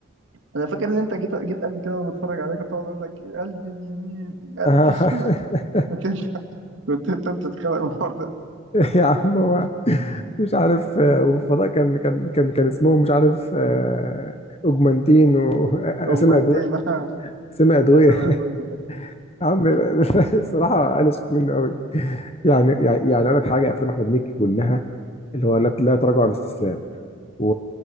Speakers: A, on the right; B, on the left.
A: انا فاكر ان انت جيت جيت قبل كده وانا بتفرج عليك كنت اقعد اقول لك إيه، قلبي اليمين قلبي
B: <laughs>
A: الشمال <laughs> كنت انت كنت انت بتتخانق الحوار ده
B: يا عم هو مش عارف آه، والفضاء كان كان كان كان اسمهم مش عارف آه، اوجمانتين واسامي
A: اغمانتين
B: ادويه
A: آه،
B: اسامي ادويه
A: اسامي ادويه
B: <laughs>
A: كده
B: يا عم لا- لا، الصراحه قلشت منه قوي يعني يعني يعني اقول لك حاجه افلام احمد مكي كلها اللي هو لا لا تراجع ولا استسلام و...